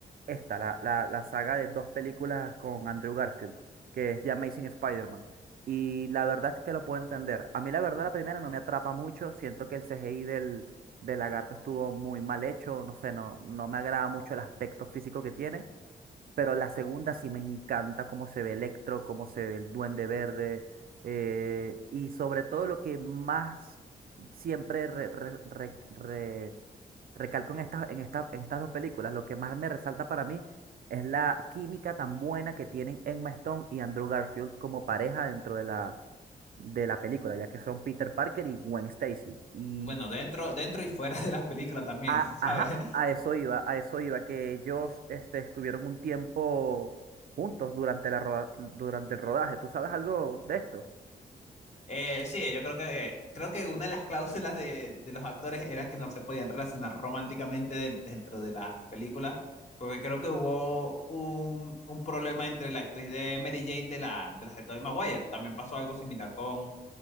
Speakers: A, on the right; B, on the left.
A: esta, la, la, la saga de dos películas con Andrew Garfield, que es The Amazing Spider-Man. Y la verdad es que lo puedo entender. A mí la verdad la primera no me atrapa mucho, siento que el CGI del, del lagarto estuvo muy mal hecho, no sé, no, no me agrada mucho el aspecto físico que tiene. Pero la segunda sí me encanta cómo se ve Electro, cómo se ve el Duende Verde eh, y sobre todo lo que más siempre re- re- re- re- recalco en estas, en esta- en estas dos películas, lo que más me resalta para mí es la química tan buena que tienen Emma Stone y Andrew Garfield como pareja dentro de la, de la película, ya que son Peter Parker y Gwen Stacy. Y
B: Bueno, dentro, dentro y fuera de las películas también,
A: a,
B: <laughs> ¿sabes?
A: ajá, a eso iba, a eso iba, que ellos este, estuvieron un tiempo juntos durante la roda- durante el rodaje. ¿Tú sabes algo de esto?
B: Eh, sí, yo creo que, creo que una de las cláusulas de, de los actores era que no se podían relacionar románticamente de- dentro de las películas, porque creo que hubo un, un problema entre la actriz de Mary Jane de, la, de las de Tobey Maguire. También pasó algo similar con,